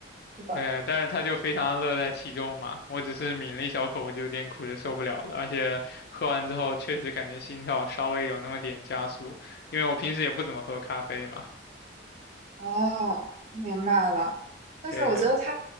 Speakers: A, on the right; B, on the left.
A: 对吧？
B: 对，但是他就非常乐在其中嘛，我只是抿了一小口，我就有点苦的受不了了，而且喝完之后确实感觉心跳稍微有那么点加速，因为我平时也不怎么喝咖啡嘛，
A: 哦，明白了。但是我觉得他
B: 对。